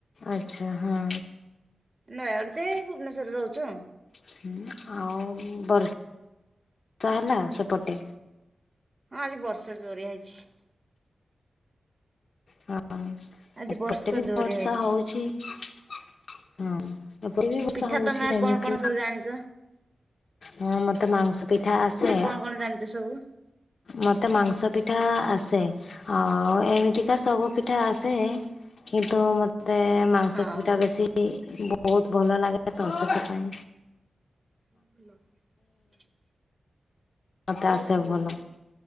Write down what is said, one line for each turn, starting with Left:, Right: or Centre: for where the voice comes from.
Left: ଆଚ୍ଛା ହଁ।
Right: ନୟାଗଡ ଯେ ଭୁବନେଶ୍ୱରରେ ରହୁଚୁ ଆଉ।
Left: ହୁଁ ଆଉ ବର୍ଷା ବର୍ଷା ହେଲା ସେପଟେ
Right: ହଁ ଆଜି ବର୍ଷା ଜରିଆ ହେଇଛି।
Left: ହଁ
Right: ଆଜି
Left: ଏପଟେ
Right: ବର୍ଷା
Left: ବି
Right: ଜୋରିଆ
Left: ବର୍ଷା
Right: ହେଇଛି
Left: ହୋଉଛି। ହଁ ଏପଟେ ବି ବର୍ଷା
Right: ପିଠା
Left: ହଉଛି
Right: ତମେ ଆଉ
Left: ସେମିତି।
Right: କଣ କଣ ସବୁ ଜାଣିଛ
Left: ହଁ ମତେ ମାଂସ ପିଠା ଆସେ।
Right: କଣ କଣ ଜାଣିଛ ସବୁ?
Left: ମତେ ମାଂସ ପିଠା ଆସେ। ଆଉ ଏମିତିକା ସବୁ ପିଠା ଆସେ କିନ୍ତୁ ମତେ ମାଂସ
Right: ହଁ
Left: ପିଟା ବେଶୀ ବହୁତ ଭଲ ଲାଗେ ସେଠି ପାଇଁ
Right: <unintelligible>
Left: ତା ସେ ଭଲ।